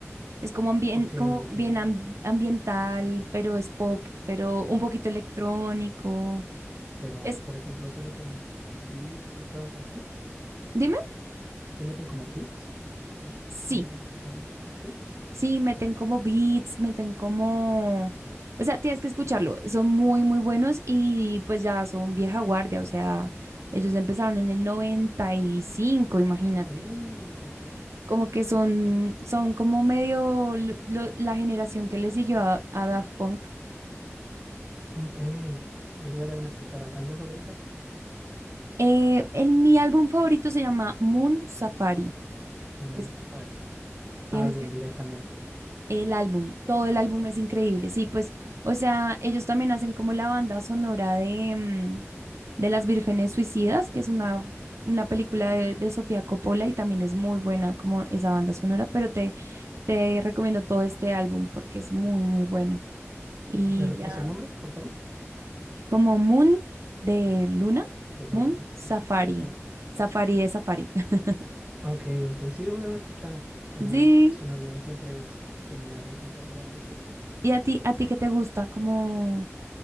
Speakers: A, on the right (about 70°); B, on the right (about 20°).
A: es como, ambien-
B: Ok,
A: como
B: ok.
A: bien am- ambiental, pero es pop, pero un poquito electrónico.
B: Pero,
A: Es,
B: por ejemplo, si meten beats y cosas así.
A: dime,
B: Si meten como beats. Como el
A: sí.
B: pum, pum, pum, pum. ¿Sí?
A: Sí, meten como beats, meten como... O sea, tienes que escucharlo. Son muy, muy buenos y pues ya son vieja guardia. O sea, ellos empezaron en el 95. imagínate.
B: Uh, ok.
A: Como que son, son como medio lo- lo- la generación que le siguió a, a Daft Punk.
B: Ok. Les voy a dar una escuchada. ¿Canción favorita?
A: Eh, el, mi álbum favorito se llama Moon Safari.
B: Mon
A: Es-
B: Laferte.
A: tienes
B: Álbum
A: que...
B: directamente.
A: El álbum, todo el álbum es increíble. Sí, pues, o sea, ellos también hacen como la banda sonora de, mm, de Las Vírgenes Suicidas, que es una, una película de, de Sofía Coppola y también es muy buena como esa banda sonora, pero te, te recomiendo todo este álbum porque es muy, muy bueno. Y
B: Ok, ¿Me repites
A: ya,
B: el nombre, por favor?
A: como Moon de Luna,
B: De Luna,
A: Moon
B: ¿no? Sí,
A: Safari,
B: Safari.
A: Safari de Safari. <laughs>
B: Ok, ok. Sí, le voy a dar una escuchada. Suena,
A: Sí,
B: suena bien. Siempre es genial encontrar nueva música.
A: y a ti, a ti qué te gusta, como,